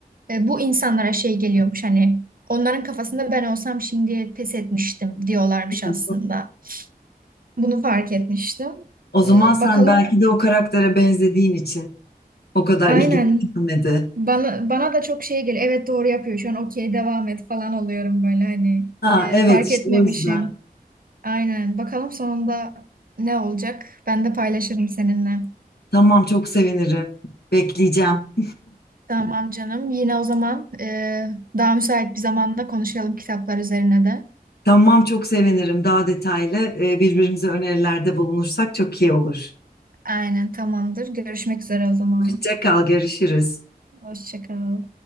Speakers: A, on the right; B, on the left.
A: e, bu insanlara şey geliyormuş hani onların kafasında ben olsam şimdi pes etmiştim diyorlarmış aslında.
B: Hı.
A: Bunu fark etmiştim.
B: O zaman
A: E,
B: sen
A: bakalım
B: belki de o karaktere benzediğin için o kadar
A: aynen
B: ilginç gelmedi.
A: bana, bana da çok şey geliyor. Evet doğru yapıyor şu an okey devam et falan oluyorum böyle hani
B: Ha,
A: e,
B: evet
A: fark
B: işte
A: etmemişim.
B: o yüzden.
A: Aynen. Bakalım sonunda ne olacak? Ben de paylaşırım seninle.
B: Tamam çok sevinirim. Bekleyeceğim.
A: Tamam canım. Yine o zaman e, daha müsait bir zamanda konuşalım kitaplar üzerine de.
B: Tamam çok sevinirim. Daha detaylı e, birbirimize önerilerde bulunursak çok iyi olur.
A: Aynen tamamdır. Görüşmek üzere o zaman.
B: Hoşça kal, görüşürüz.
A: Hoşça kal.